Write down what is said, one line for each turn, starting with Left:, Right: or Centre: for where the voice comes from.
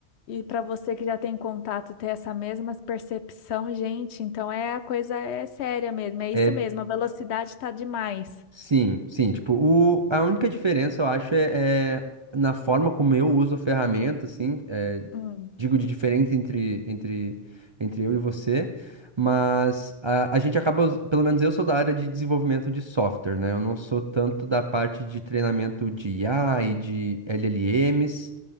Left: E para você que já tem contato, ter essa mesma percepção, gente, então é a coisa é séria mesmo, é
Right: É,
Left: isso mesmo, a velocidade está demais.
Right: sim, sim, tipo, o, a única diferença eu acho é, é na forma como eu uso a ferramenta, assim, é,
Left: Hum,
Right: digo de diferente entre, entre, entre eu e você, mas a, a gente acaba, us- pelo menos eu sou da área de desenvolvimento de software, né? Eu não sou tanto da parte de treinamento de IA e de LLMs,